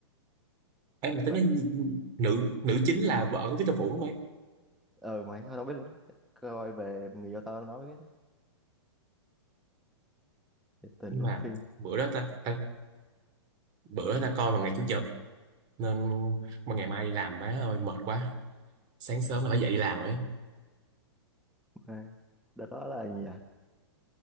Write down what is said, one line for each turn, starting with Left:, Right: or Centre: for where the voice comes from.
Right: ấy mà
Centre: Mình
Right: tính nói nhi- nữ nữ chính là vợ của Victor Vũ đúng không ấy
Centre: ờ mày tao không biết luôn á. Coi về người yêu tao nó mới biết á. Thiệt Tình
Right: nhưng
Centre: luôn
Right: mà
Centre: phim
Right: bữa đó ta, ta bữa đó ta coi vào ngày chủ nhật nên mà ngày mai đi làm má ơi mệt quá sáng sớm là phải dậy đi làm ấy
Centre: à, đợt đó là gì nhỉ